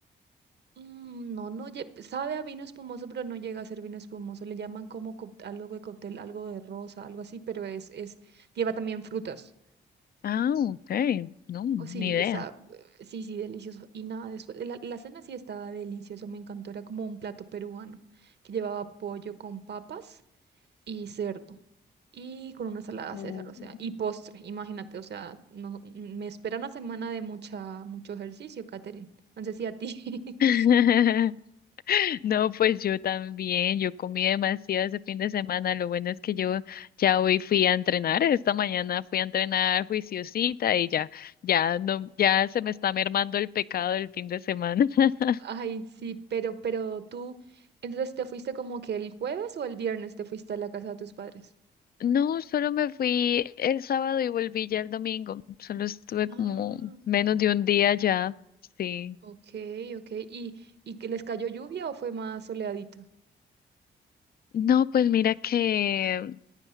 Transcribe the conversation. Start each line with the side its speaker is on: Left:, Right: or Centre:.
Right: Mm, no, no, lle- sabe a vino espumoso, pero no llega a ser vino espumoso, le llaman como cóct- algo de cóctel, algo de rosa, algo así, pero es, es, lleva también frutas.
Left: Ah, ok, no, ni
Right: Oh, sí,
Left: idea.
Right: está, sí, sí, delicioso. Y nada, después, la, la cena sí estaba deliciosa, me encantó. Era como un plato peruano que llevaba pollo con papas y cerdo y con una salada
Left: Mm.
Right: César, o sea, y postre, imagínate, o sea, no, me espera una semana de mucha, mucho ejercicio, Katherine. No sé si a ti.
Left: <laughs>
Right: <laughs>
Left: No, pues yo también, yo comí demasiado ese fin de semana. Lo bueno es que yo ya hoy fui a entrenar, esta mañana fui a entrenar juiciosita y ya, ya no, ya se me está mermando el pecado del fin de semana. <laughs>
Right: Ay, sí, pero, pero tú, entonces te fuiste como que el jueves o el viernes te fuiste a la casa de tus padres.
Left: No, solo me fui el sábado y volví ya el domingo. Solo estuve
Right: Ah,
Left: como menos de un día ya, sí.
Right: ok, ok. ¿Y, y que les cayó lluvia o fue más soleadito?
Left: No, pues mira que